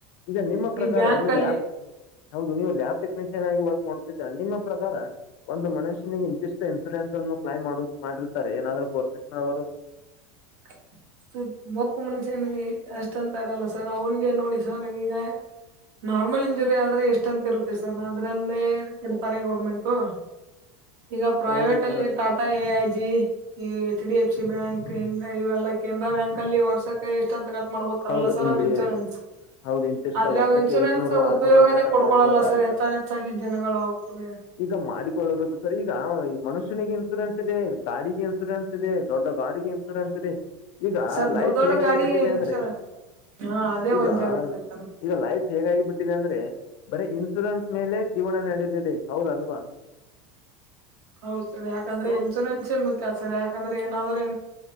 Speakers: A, on the left; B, on the right.
A: ಈಗ ನಿಮ್ಮ
B: ಈ
A: ಪ್ರಕಾರ
B: ಬ್ಯಾಂಕ್
A: ನೀವು್
B: ಅಲ್ಲಿ
A: ಲ್ಯಾಬ್ ಹೌದು ನೀವು ಲ್ಯಾಬ್ ಟೆಕ್ನಿಷಿಯನ್ ಆಗಿ ವರ್ಕ್ ಮಾಡುತ್ತಿದ್ದ್ರರ ನಿಮ್ಮ ಪ್ರಕಾರ ಒಂದು ಮನುಷ್ಯನ ಇಂತಿಷ್ಟು ಇನ್ಸೂರೆನ್ಸ್ ಅನ್ನು ಕ್ಲೈಮ್ ಮಾಡ ಮಾಡಿರ್ತಾರೆ ಏನಾದ್ರು ಗೋರ್ಮೆಂಟ್ ನವರು
B: ಹ ಸರ್ ಮಪ್ಪು ಮನ್ಷ್ಯನ ಅಷ್ಟ ಅಂತ ಇರಲ್ಲ ಸರ್ ಅವ್ನ್ಿಗೆ ನೋಡಿ ಸರ್ ಈಗ ನಾರ್ಮಲ್ ಇಂಜುರಿ ಆದ್ರೆ ಎಷ್ಟ ಅಂತ ಇರುತ್ತೆ ಅದ್ರಲ್ಲೇ ಕೊಡ್ತಾರೆ ಗೌರ್ಮೆಂಟು ಈಗ ಪ್ರೈವೇಟ್
A: ಹೌದು sir
B: ಅಲ್ಲಿ Tata A I G ಈ H D F C bank ಇ ಇವೆಲ್ಲ ಕೆನರಾ ಬ್ಯಾಂಕ್ ಅಲ್ಲಿ ವರ್ಷಕ್ಕೆ ಎಷ್ಟ ಅಂತ ಕಟ್ ಮಾಡ್ಕೋತಾರಲ್ಲ
A: ಹೌದು
B: ಸರ್
A: ಇಲ್ಲಿ
B: ಇನ್ಶೂರೆನ್ಸ್
A: ಹೌದು ಇಂತಿಷ್ಟ
B: ಆದ್ರೆವು
A: ವರ್ಷಕ್ಕೆ
B: ಇನ್ಶೂರೆನ್ಸ್
A: ಐದ್ನೂರು ಆರ್ನೂರು
B: ಉಪಯೋಗನೇ
A: ಅಂತ ಕಟ್
B: ಪಡ್ಕೊಳಲ್ಲ
A: ಮಾಡ್ಕೊಳ್ತಾರೆ
B: ಸರ್ ಹೆಚ್ಚನ್ ಹೆಚ್ಚಾಗಿ ಜನಗಳು ಅವ ಕುೂಡದೆ
A: ಈಗ ಮಾಡಿಕೊಳ್ಳಬೇಕು ಈಗ ಮನುಷ್ಯನಿಗೆ ಇನ್ಸೂರೆನ್ಸ್ ಇದೆ ಗಾಡಿಗೆ ಇನ್ಸೂರೆನ್ಸ್ ಇದೆ ದೊಡ್ಡ ಗಾಡಿಗೆ ಇನ್ಶೂರೆನ್ಸ್ ಇದೆ ಈಗ
B: ಸರ್
A: ಲೈಫ್
B: ದೊಡ್ಡ ದೊಡ್ಡ
A: ಹೇಗಾಗಿ
B: ಗಾಡಿ
A: ಬಿಟ್ಟಿದೆ
B: ಇನ್ಶೂರೆನ್ಸ್
A: ಅಂದ್ರೆ
B: ಹಾ ಅದೇ
A: ಈಗ
B: ವಜ್ಜೆ ಆಗುತ್ತೆ ಸರ್
A: ಈಗ ಲೈಫ್ ಹೇಗಾಗಿಬಿಡ್ಟ್ಟಿದೆ ಅಂದ್ರೆ ಬರೀ ಇನ್ಶೂರೆನ್ಸ್ ಮೇಲೆ ಜೀವನ ನಡದಿದೆ ಹೌದಲ್ವಾ
B: ಹೌದ ಸರ್ ಯಾಕಂದ್ರೆ
A: ಹೌದು
B: ಇನ್ಸೂರೆನ್ಸೇ ಮುಖ್ಯ ಸರ್ ಯಾಕಂದ್ರೆ ಏನಾದ್ರ